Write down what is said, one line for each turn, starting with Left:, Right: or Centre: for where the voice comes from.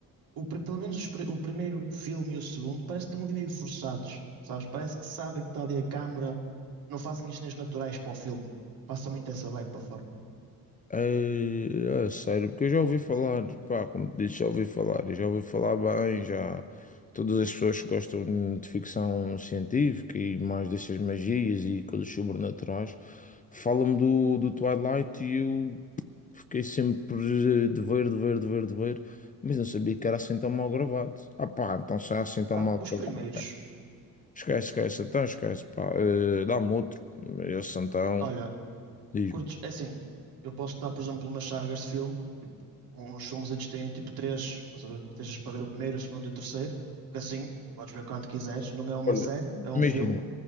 Right: O, pri- pelo menos os pri- o primeiro filme e o segundo parece que estão ali meio forçados, sabes? Parece que sabem que está ali a câmara, não fazem as cenas naturais para o filme. Passa muito essa vibe para fora.
Left: É, é sério, porque eu já ouvi falar, pá, como te disse, já ouvi falar, e já ouvi falar bem, já todas as pessoas que gostam de ficção científica e mais dessas magias e coisas sobrenaturais falam do, do Twilight e eu Fiquei sempre eh, de ver, de ver, de ver, de ver, mas não sabia que era assim tão mal gravado. Ah pá, então se é assim tão
Right: Pá,
Left: mal
Right: os
Left: gravado.
Right: primeiros,
Left: Esquece, esquece, então esquece, pá. Eh, dá-me outro. Esse então,
Right: olha,
Left: diz-me.
Right: Curtos, é assim, eu posso estar, por exemplo, umas sagas de filme, tipo, uns filmes eles têm tipo três, estás a ver? Que estejas para ver o primeiro, o segundo e o terceiro, que assim podes ver quando quiseres. Não é uma
Left: Olha,
Right: série, é um
Left: imagina,
Right: filme.